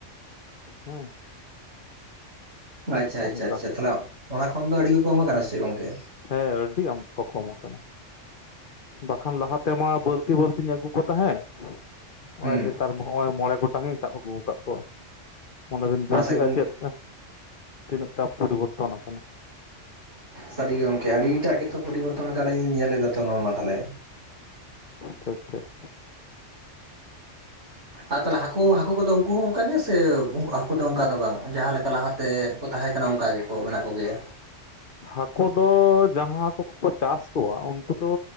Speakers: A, on the left; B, on the right.
A: ᱦᱮᱸ
B: ᱟᱪᱪᱷᱟ
A: ᱚᱱᱠᱟ
B: ᱟᱪᱪᱷᱟ ᱟᱪᱷᱟ ᱛᱟᱦᱚᱞᱮ ᱚᱱᱟ ᱠᱷᱚᱱ ᱫᱚ ᱟᱹᱰᱤ ᱜᱮ ᱠᱚᱢ ᱠᱟᱱᱟ ᱥᱮ ᱜᱚᱝᱠᱮ
A: ᱦᱮᱸ ᱟᱹᱰᱤ ᱟᱢᱫᱟ ᱠᱚ ᱠᱚᱢ ᱠᱟᱱᱟ᱾ ᱵᱟᱠᱷᱟᱱ ᱞᱟᱦᱟᱛᱮᱢᱟ ᱵᱟᱹᱞᱛᱤ ᱵᱟᱹᱞᱛᱤᱧ ᱟᱹᱜᱩ ᱠᱚ ᱛᱟᱦᱮᱸᱫ ᱱᱚᱜ
B: ᱦᱩᱸ
A: ᱱᱤᱛᱚᱜ ᱛᱟᱨ ᱱᱚᱜᱼᱚᱭ ᱢᱚᱬᱮ ᱜᱚᱴᱟᱝᱤᱧ ᱥᱟᱵ ᱟᱹᱜᱩ ᱟᱠᱟᱫ ᱠᱚᱣᱟ ᱢᱚᱱᱮ ᱵᱤᱱ ᱵᱩᱡ
B: ᱢᱟᱥᱮ
A: ᱮᱫᱼᱟ
B: ᱜᱚᱝ
A: ᱪᱮᱫ ᱛᱤᱱᱟᱹᱜ ᱴᱟ ᱯᱚᱨᱤᱵᱚᱨᱛᱚᱱ ᱠᱟᱱᱟ?
B: ᱥᱟᱹᱨᱤᱜᱮ ᱜᱚᱝᱠᱮ ᱟᱹᱰᱤᱴᱟᱜ ᱜᱮᱛᱚ ᱯᱚᱨᱤᱵᱚᱨᱛᱚᱱ ᱟᱠᱟᱱᱟᱮᱧ ᱧᱮᱞᱫᱟ ᱛᱚ ᱱᱚᱣᱟᱢᱟ ᱛᱟᱦᱞᱮ᱾
A: ᱴᱷᱤᱠ ᱴᱷᱤᱠ᱾
B: ᱟ ᱛᱟᱦᱚᱞᱮ ᱦᱟᱹᱠᱩ ᱦᱟᱹᱠᱩ ᱠᱚᱫᱚ ᱩᱱᱠᱩ ᱦᱚᱸ ᱚᱱᱠᱟ ᱜᱮ ᱥᱮ ᱦᱟᱹᱠᱩ ᱫᱚ ᱚᱱᱠᱟ ᱫᱚ ᱵᱟᱝ ᱡᱟᱦᱟᱸᱮᱠ ᱞᱟᱦᱟᱛᱮ ᱠᱚ ᱛᱟᱦᱮᱸ ᱠᱟᱱᱟ ᱚᱱᱠᱟ ᱜᱮ ᱠᱚ ᱢᱮᱱᱟᱜ ᱠᱚᱜᱮᱭᱟ?
A: ᱦᱟᱹᱠᱳ ᱫᱚ ᱡᱟᱦᱟᱸ ᱦᱟᱹᱠᱳ ᱠᱚᱠᱚ ᱪᱟᱥ ᱠᱚᱣᱟ ᱩᱱᱠᱩ ᱫᱚ